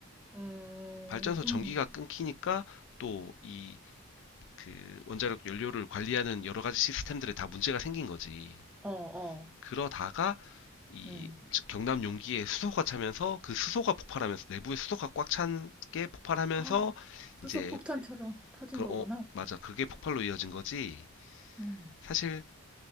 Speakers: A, in the centre; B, on the left.
A: 음,
B: 발전소
A: 음,
B: 전기가 끊기니까 또 이 그 원자력 연료를 관리하는 여러 가지 시스템들에 다 문제가 생긴 거지.
A: 어, 어,
B: 그러다가 이
A: 음.
B: 경남 용기에 수소가 차면서 그 수소가 폭발하면서 내부에 수소가 꽉 찬 게 폭발하면서
A: <gasps> 헉, 수소
B: 이제
A: 폭탄처럼 터진
B: 그
A: 거구나.
B: 어 맞아 그게 폭발로 이어진 거지
A: 음.
B: 사실